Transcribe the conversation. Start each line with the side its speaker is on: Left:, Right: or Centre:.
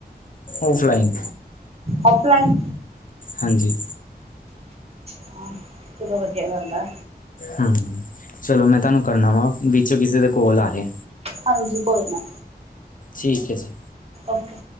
Left: ਔਫਲਾਈਨ।
Right: ਔਫਲਾਈਨ।
Left: ਹਾਂਜੀ।
Right: ਹਾਂ ਚਲੋ ਵਧੀਆ ਗੱਲ ਆ।
Left: ਹਾਂ, ਚਲੋ ਮੈਂ ਤੁਆਨੂੰ ਕਰਨਾ ਵਾਂ ਵਿੱਚ ਕਿਸੇ ਦਾ ਕੋਲ ਆ ਰੇਐ।
Right: ਹਾਂਜੀ ਕੋਈ ਨਾ।
Left: ਠੀਕ ਐ ਜੀ।
Right: ਓਕੇ।